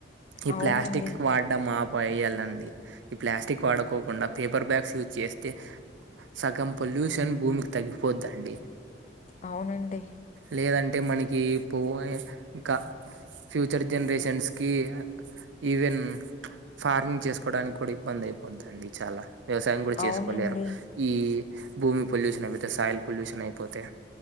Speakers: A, on the right (about 85°); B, on the left (about 40°).
A: ఈ
B: అవునండి.
A: ప్లాస్టిక్ వాడడం మాపేయలండి ఈ ప్లాస్టిక్ వాడ కోకుండా పేపర్ బ్యాగ్స్ యూజ్ చేస్తే సగం పొల్యూషన్ భూమికి తగ్గిపోద్దండి.
B: అవునండి
A: లేదంటే మనకి ఇప్పు ఇంకా పోయే క ఫ్యూచర్ జనరేషన్స్ కి ఈవెన్ ఫార్మింగ్ చేసుకోవడానికి కూడా ఇబ్బంది అయిపోదండి చాలా వ్యవసాయం కూడా చేసుకోలేరు
B: అవునండి.
A: ఈ భూమి పొల్యూషన్ అయిపోతే సాయిల్ పొల్యూషన్ అయిపోతే